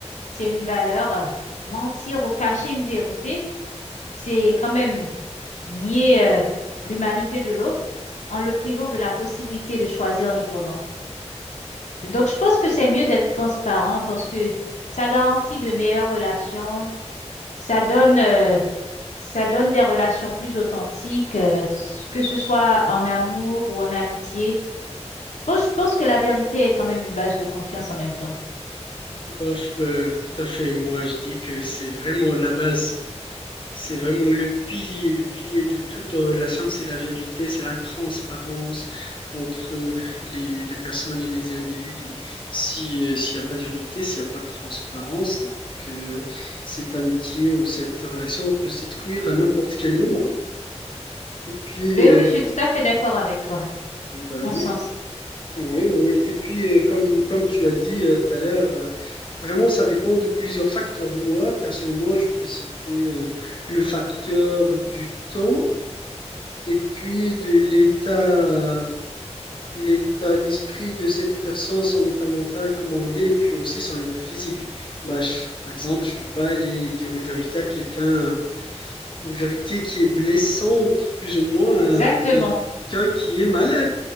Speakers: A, on the left; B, on the left.
A: c'est une valeur. euh, mentir ou cacher une vérité, c'est quand même nier euh, l'humanité de l'autre en le privant de la possibilité de choisir librement. Donc, je pense que c'est mieux d'être transparent parce que ça garantit de meilleures relations, ça donne, euh, ça donne des relations plus authentiques, euh, s- que ce soit en amour ou en amitié. Bon, je pense que la vérité est quand même une base de confiance en même temps.
B: Bof, euh, tout à fait. Moi, je dis que c'est vraiment la base. C'est vraiment le pilier, le pilier de toute relation, c'est la vérité, c'est la transparence entre les, les personnes et les individus. Si, euh, s'il n'y a pas de vérité, s'il n'y a pas de transparence, donc euh, cette amitié ou cette relation peut se détruire à n'importe quel moment. Et puis,
A: Ben
B: euh,
A: oui, je suis tout à fait d'accord avec toi,
B: bah
A: en
B: oui,
A: ce sens.
B: oui, oui. oui. Et puis, euh, comme, comme tu as dit euh, tout à l'heure, euh, vraiment, ça dépend de plusieurs facteurs. Moi, personnellement, je peux citer euh, le facteur du temps et puis de l'état, l'état d'esprit de cette personne, son état mental, comment il est, et puis aussi son état physique. Bah, je- par exemple, je peux pas aller dire une vérité à quelqu'un, une vérité qui est blessante, plus ou moins,
A: Exactement,
B: à quelqu'un qui est malade.